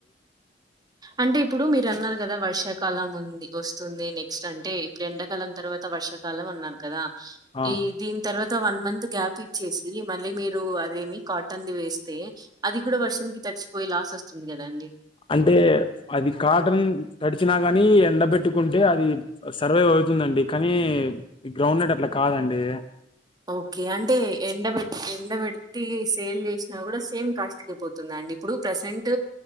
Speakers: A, on the right; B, on the left.
A: అంటే ఇప్పుడు మీరు అన్నారు కదా వర్షాకాలం ఉంది వస్తుంది నెక్స్ట్ అంటే ఇప్పుడు ఎండాకాలం తర్వాత వర్షాకాలం అన్నారు కదా
B: ఆ
A: ఈ దీని తర్వాత వన్ మంత్ గ్యాప్ ఇచ్చేసి మళ్ళీ మీరు అదేమి కాటన్ది వేస్తే అది కూడా వర్షం కి తడిచి పొయి లాస్ వస్తుంది కదా అండి
B: అంటే అది కాటన్ తడిచినాక కాని ఎండబెట్టుకుంటే అది సర్వైవ్ అవుతుందండి కానీ గ్రౌండ్ నట్ అట్లా కాదండి
A: ఓకే అంటే ఎండబెట్ ఎండబెట్టి సేల్ చేసినా కూడా సేమ్ కాస్ట్ కి పోతుంద అండి. ఇప్పుడు ప్రసెంట్